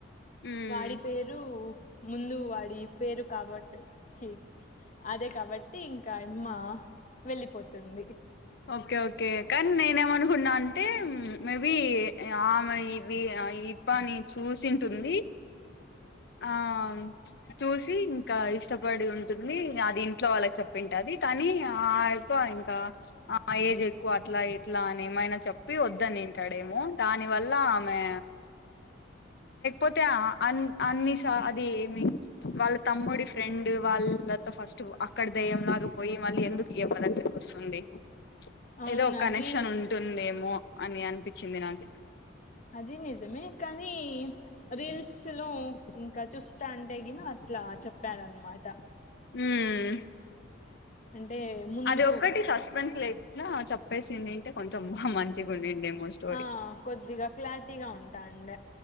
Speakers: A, on the left; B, on the left.
A: ఉమ్
B: వాడి పేరు ముందు వాడి పేరు కాబట్ చి అదే కాబట్టి ఇంకా అమ్మ వెళ్ళిపోతుంది.
A: ఓకే ఓకే కన్ నే అనుకున్నా అంటే ప్చ్ మేబి ఆమె ఇవి తప్పని చూసింటుంది. ఆ చ్ చూసి ఇంకా ఇష్ట బడి ఉంటుంది అది ఇంట్లో వాళ్ళకి చెప్పింటాది. కానీ ఆ అప్ప ఇంకా ఆ ఏజ్ ఎక్కువ అట్లా, ఎట్లా అని ఏమైనా చెప్పి వద్దని వింటాడేమో దానివల్ల ఆమె లేకపోతే ఆ అన్ అన్ని స అది ఏమి వాళ్ళ తమ్ముడి ఫ్రెండ్ వాళ్ళతో ఫస్ట్ అక్కడ దయ్యంలాగా పోయి మళ్ళీ ఎందుకు ఇ పద్దకి వస్త ఉంది చ్
B: అవును
A: ఏదో ఒక
B: అది
A: కనెక్షన్ ఉంటుందేమో మొ అని అనిపించింది నాకు
B: అది నిజమే కానీ రీ సలో ఇంకా చూస్తా అంటే గిన అట్లా చెప్పారనమాట.
A: మ్మ్
B: అంటే ముందు
A: అది ఒక్కటి సస్పెన్స్ లేదు. ఆ చెప్పేసింది ఏంటే కొంచెం మంచిగా ఉండిండేమో స్టోరీ
B: ఆ కొద్దిగా క్లారిటీగా ఉంటాండ